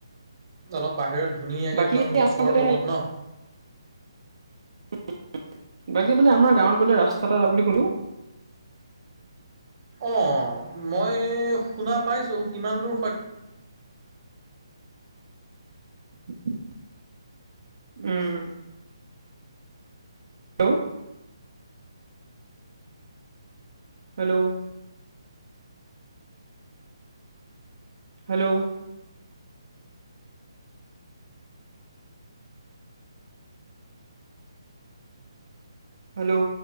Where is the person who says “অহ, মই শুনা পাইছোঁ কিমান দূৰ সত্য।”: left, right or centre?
Right